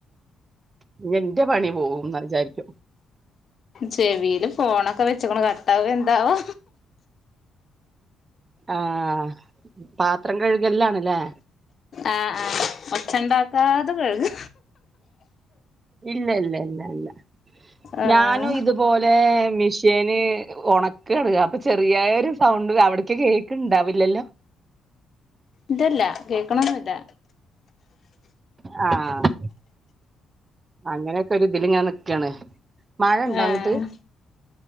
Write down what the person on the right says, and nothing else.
എന്റെ പണി പോകൂന്ന് വിചാരിക്കും.
ആഹ് പാത്രം കഴുകലിൽ ആണല്ലേ?
ഇല്ല ഇല്ല ഇല്ല ഇല്ല
ഞാനും ഇത് പോലെ മിഷീന് ഒണക്കാണ് അപ്പൊ ചെറിയ ഒരു സൗണ്ട് അവിട്ക്ക് കേ ക്ക് ഉണ്ടാവില്ലല്ലോ?
ആഹ് അങ്ങനെയൊക്കെ ഒരു ഇതില് ഇങ്ങനെ നിക്കാണ് മഴ ഉണ്ടോ
അങ്ങിട്ട്